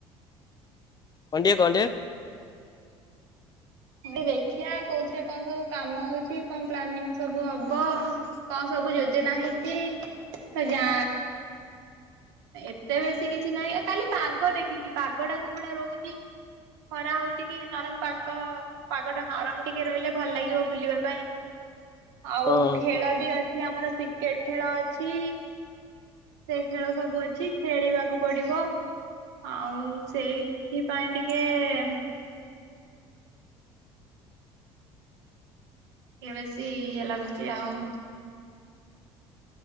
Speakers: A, on the left (about 25°); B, on the right (about 65°).
A: କଁଟିଏ କଣ୍ଟେ।
B: େ ଦେଖିବା କୋଉଥିରେ କଣ ସବୁ କାମ ହଉଛି କଣ ପ୍ଲାନିଂ ସବୁ ହବ କଣ ସବୁ। ଯୋଜନା ହେଇଛି ତ ଯା ଏତେ ବେଶୀ କିଛି ନାହିଁ କାଲି ପାଗ ଦେଖିକି ପାଗଟା କୋଉ ଭଳିଆ ରହୁଛି। ଖରା ହଉଚି କି ନରମ ପାଗ ପାଗଟା ନରମ ଟିକେ ରହିଲେ ଭଲ ଲାଗିବ ବୁଲିବା ପାଇଁ। <inaudible> ଆଉ
A: ହଁ
B: ଖେଳବି ଅଛି ଆମର କ୍ରିକେଟ ଖେଳ ଅଛି ସେ ଖେଳ ସବୁ ଅଛି ଖେଳିବାକୁ ପଡିବ। ଆଉ ସେଇଥିପାଇଁ ଟିକେ ଏ ଟିକେ ବେଶି ଇଏ ଲାଗୁଛି ଆଉ।